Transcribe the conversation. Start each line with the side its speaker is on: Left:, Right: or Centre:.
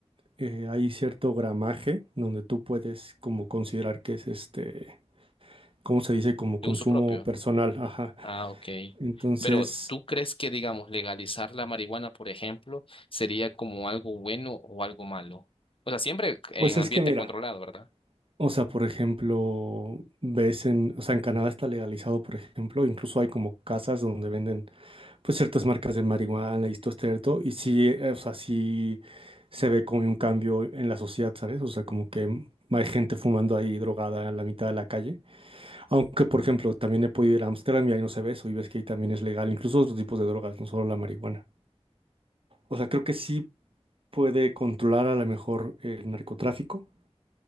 Right: eh, hay cierto gramaje donde tú puedes como considerar que es este, ¿cómo se dice? Como consumo
Left: de uso propio?
Right: personal, ajá.
Left: Ah, ok.
Right: Entonces,
Left: Pero ¿tú crees que, digamos, legalizar la marihuana, por ejemplo, sería como algo bueno o algo malo? O sea, siempre en
Right: pues
Left: ambiente
Right: es que mira,
Left: controlado, ¿verdad?
Right: o sea, por ejemplo, ves en, o sea, en Canadá está legalizado, por ejemplo, incluso hay como casas donde venden pues ciertas marcas de marihuana y esto, cierto, y sí, eh, o sea, sí se ve como un cambio en la sociedad, ¿sabes? O sea, como que hay gente fumando ahí drogada en la mitad de la calle. Aunque, por ejemplo, también he podido ir a Ámsterdam y ahí no se ve eso, y ves que ahí también es legal, incluso otros tipos de drogas, no solo la marihuana. O sea, creo que sí puede controlar a lo mejor el narcotráfico,